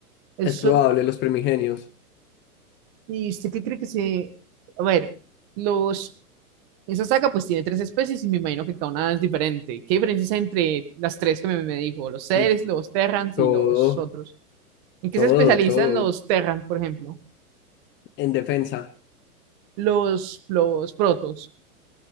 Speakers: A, on the right (about 40°); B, on the left (about 25°).
A: Eso,
B: Es probable, los primigenios.
A: ¿y usted qué cree que se... A ver, los... Esa saga pues tiene tres especies y me imagino que cada una es diferente. ¿Qué diferencias hay entre las tres que me, me dijo? Los seres,
B: Mm,
A: los Terrans
B: Todo,
A: y los otros. ¿En qué
B: todo,
A: se especializan
B: todo
A: los Terran, por ejemplo?
B: en defensa.
A: Los, los Protos